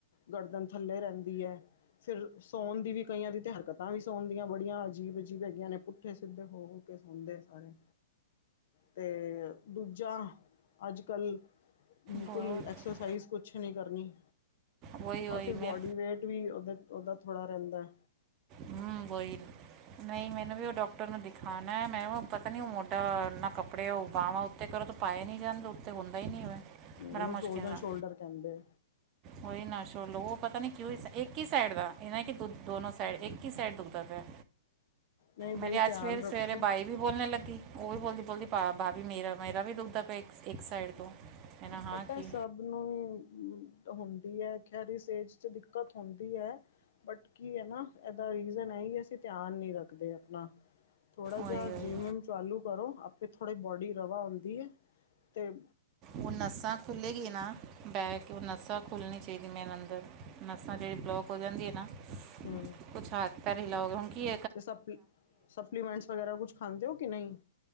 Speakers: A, on the left; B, on the right.
A: ਗਰਦਨ ਥੱਲੇ ਰਹਿੰਦੀ ਹੈ। ਫਿਰ ਸਾੌਉਣ ਦੀ ਵੀ ਕਈਆਂ ਦੀ ਤਾਂ ਹਰਕਤਾਂ ਵੀ ਸਾੌਉਣ ਦੀਆਂ ਬੜੀਆਂ ਅਜੀਬ ਅਜੀਬ ਹੈਗੀਆਂ ਨੇ ਪੁੱਠੇ ਸਿੱਧੇ ਹੋ। <unintelligible> ਸੌਂਦੇ ਸਾਰੇ। ਤੇ ਦੂਜਾ ਅੱਜ ਕੱਲ੍ਹ ਬਿਲਕੁਲ
B: ਬਹੁਤ
A: ਐਕਸਰਸਾਈਜ਼। ਕੁਛ ਨੀ ਕਰਨੀ
B: ਉਹੀ
A: ਔਰ
B: ਉਹੀ
A: ਫਿਰ ਬੋਡੀ
B: ਮੈਂ
A: ਵੇਟ ਵੀ ਉਹਦੇ ਉਹਦਾ ਥੋੜ੍ਹਾ ਰਹਿੰਦਾ।
B: ਹੂੰ, ਬਈ ਨਹੀਂ ਮੈਨੂੰ ਵੀ ਉਹ ਡਾਕ ਟਰ ਨੂੰ ਦਿਖਾਣਾ ਮੈਨੂੰ ਪਤਾ ਨੀ ਉਹ ਮੋਢਾ ਨਾ ਕੱਪੜੇ ਓ ਬਾਵਾ ਉੱਤੇ ਕਰੋ। ਪਾਏ ਨੀ ਜਾਂਦੇ ਉੱਤੇ ਹੁੰਦਾ ਹੀ ਨਹੀਂ ਹੋਵੇ
A: ਇਹਨੂੰ
B: ਬੜਾ
A: ਫਰੋਜ਼ਨ
B: ਮੁਸ਼ਕਿਲ ਨਾਲ।
A: ਸ਼ੋਲਡਰ ਕਹਿੰਦੇ
B: ਉਹੀ ਨਾਸ਼ੋ ਲ ਪਤਾ ਨੀ ਕਿ ਇੱਕ ਹੀ ਸਾਈਡ ਦਾ ਇਹਨਾ ਕਿ ਦੋ ਦੋਨੋ ਸਾਈਡ। ਇਕ ਹੀ ਸਾਈਡ ਦੁਖਦਾ ਪਿਆ
A: ਨਹੀਂ ਬਈ
B: ਮੇਰੀ ਅੱਜ
A: ਧਿਆਨ
B: ਸਵੇਰੇ ਸਵੇਰੇ
A: ਰੱਖੋ
B: ਬਾਈਕ। ਵੀ ਬੋਲਣ ਲੱਗੀ ਉਹ ਵੀ ਬੋਲਦੀ ਬੋਲਦੀ ਭਾਬੀ ਮੇਰਾ ਮੇਰਾ ਵੀ ਦੁਖਦਾ ਪਿਆ ਇੱਕ। ਇੱਕ ਸਾਈਡ ਤੋਂ ਮੈਂ ਨਾ ਹਾਂ
A: ਪਤਾ
B: ਕਿ।
A: ਸਭ ਨੂੰ ਹੁੰਦੀ ਐ ਖੈਰ ਇਸ ਏਜ ਚ ਦਿੱਕਤ ਹੁੰਦੀ ਐ। ਬਟ ਕੀ ਐ ਇਹਦਾ ਰੀਜ਼ਨ ਐ ਅਸੀਂ ਧਿਆਨ ਨੀ ਰੱਖਦੇ ਆਪਣਾ। ਥੋੜ੍ਹਾ
B: ਓਏ
A: ਜਿਹਾ
B: ਓਏ
A: ਜਿੰਮ ਵਿਮ ਚਾਲੂ ਕਰੋ ਆਪੇ ਥੋੜ੍ਹੀ ਬੋਡੀ ਰਵਾ ਹੁੰਦੀ ਐ ਤੇ।
B: ਹੁਣ ਨੱਸਾਂ ਖੁੱਲ੍ਹੇ ਗਈ ਨਾ। ਬਹਿ ਕੇ ਓ ਨੱਸਾਂ ਖੁੱਲ੍ਹਣੀ ਚਾਹੀਦੀਆਂ ਅੰਦਰ ਨੱਸਾਂ ਜਿਹੜੀ ਆ ਬਲੋਕ ਹੋ ਜਾਂਦੀ ਆ ਨਾ।
A: ਹੂੰ।
B: ਕੁੱਛ ਹਾਥ ਪੈਰ ਹਿਲਾਓਗੇ ਕੀ।
A: ਤੇ ਸਪਲੀ ਸਪਲੀਮੈਂਟਸ ਵਗੈਰਾ ਕੁਛ ਖਾਂਦੇ ਹੋ ਕਿ ਨਹੀਂ।